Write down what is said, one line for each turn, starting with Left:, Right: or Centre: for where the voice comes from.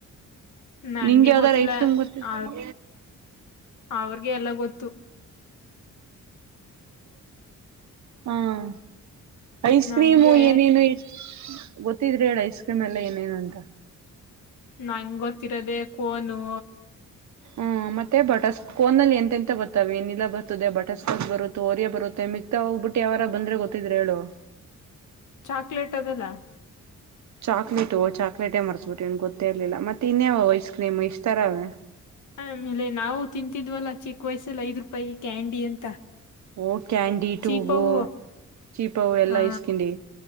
Left: ನನ್ಗೆ
Right: ನಿಂಗೆ ಯಾವ್ದಾರ
Left: ಗೊತ್ತಿಲ್ಲ
Right: ಐಸ್ ಕ್ರೀಮ್ ಗೊತ್ತ
Left: ಅವ್ರ
Right: ಹ್ಮ
Left: ಅವ್ರಗೆ ಎಲ್ಲ ಗೊತ್ತು
Right: ಹ್ಮ್ ಐಸ್
Left: ನಂಗೆ
Right: ಕ್ರೀಮು ಏನೇನು ಗೊತ್ತಿದ್ರಿ ಹೇಳ ಐಸ್ ಕ್ರೀಮ್ ಎಲ್ಲ ಏನೇನು ಅಂತ
Left: ನಂ ಗೊತ್ತಿರೋದೆ ಕೋನು
Right: ಹ್ಮ್ ಮತ್ತೆ ಬರ್ ಕೋನಲ್ಲಿ ಎಂತೆ ಎಂತ ಬರ್ತಾವೆ ನೀಲ್ಲಾ ಬರ್ತದೆ ಬಟರ್ ಸ್ಕಾಕ್ ಬರುತ್ತೆ ಒರಿಯ ಬರುತ್ತೆ ಮಿಗ್ತಾ ಬುಟ್ಟಿ ಯ ಅವಾರ ಬಂದ್ರೆ ಗೊತ್ತಿದ್ರೆ ಹೇಳು
Left: ಚಾಕ್ಲೇಟ್ ಅದೆಲ್ಲ
Right: ಚಾಕ್ಲೇಟ ಚಾಕ್ಲೇಟೇ ಮರ್ಸ್ಬಿಟ್ಟು ಏನ್ ಗೊತ್ತೇ ಇರ್ಲಿಲ್ಲ ಮತ್ತೆ ಇನ್ಯವ ಐಸ್ ಕ್ರೀಮ್ ಇಷ್ಟ್ತರ ಅವೇ
Left: ಆಮೇಲೆ ನಾವು ತಿಂತಿದ್ವಲ್ಲ ಚಿಕ್ಕ ವಯಸ್ಸಲ್ಲಿ ಐದ್ ರೂಪಾಯಿ ಕ್ಯಾಂಡಿ ಅಂತ
Right: ಓ ಕ್ಯಾಂಡಿ ಟೂಬು
Left: ಚೀಪವು
Right: ಚೀಪ ಎಲ್ಲಾ
Left: ಹಾ
Right: ಇಸ್ಕಂಡಿ